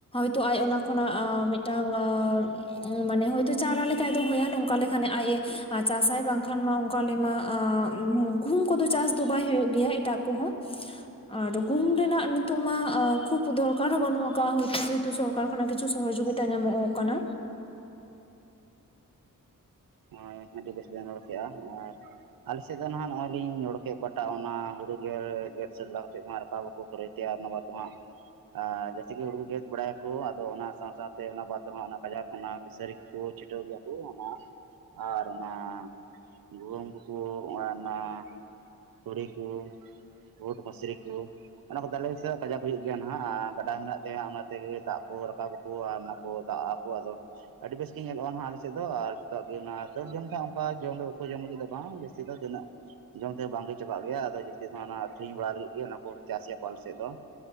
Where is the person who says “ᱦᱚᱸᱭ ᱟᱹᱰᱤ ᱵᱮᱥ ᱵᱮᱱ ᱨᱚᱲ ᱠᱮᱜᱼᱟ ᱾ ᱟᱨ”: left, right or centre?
Right